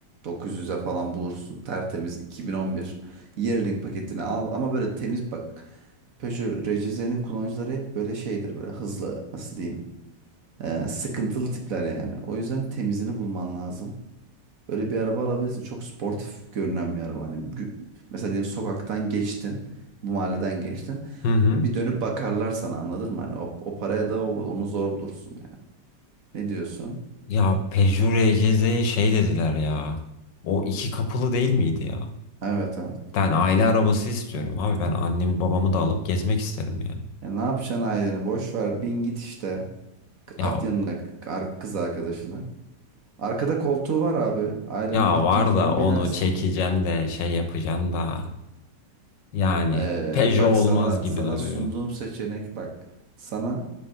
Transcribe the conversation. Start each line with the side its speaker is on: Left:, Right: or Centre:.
Right: 900'e falan bulursun. Tertemiz 2011. Yearling paketini al. Ama böyle temiz bak. Peugeot RCZ'nin kullanıcıları hep böyle şeydir. Böyle hızlı nasıl diyeyim. Ee, sıkıntılı tipler yani. O yüzden temizini bulman lazım. Böyle bir araba alabilirsin. Çok sportif görünen bir araba. Hani gü- mesela diyelim sokaktan geçtin. Bu mahalleden geçtin.
Left: Hı hı.
Right: E, Bir dönüp bakarlar sana anladın mı? Hani o, o paraya da o- onu zor bulursun. Ne diyorsun?
Left: Ya Peugeot RCZ'ye şey dediler ya. O iki kapılı değil miydi ya?
Right: Evet evet.
Left: Ben aile arabası istiyorum abi. Ben annemi babamı da alıp gezmek isterim yani.
Right: E ne yapacaksın aileni? Boş ver. Bin git işte. K-
Left: Ya
Right: At yanına k- ar- kız arkadaşını. Arkada koltuğu var abi. Ailenle
Left: ya
Right: gideceğin
Left: var
Right: zaman
Left: da onu
Right: binersin.
Left: çekeceksin de şey yapacaksın da. Yani
Right: Ee,
Left: Peugeot
Right: bak
Left: olmaz
Right: sana
Left: gibi
Right: sana
Left: duruyor.
Right: sunduğum seçenek bak. Sana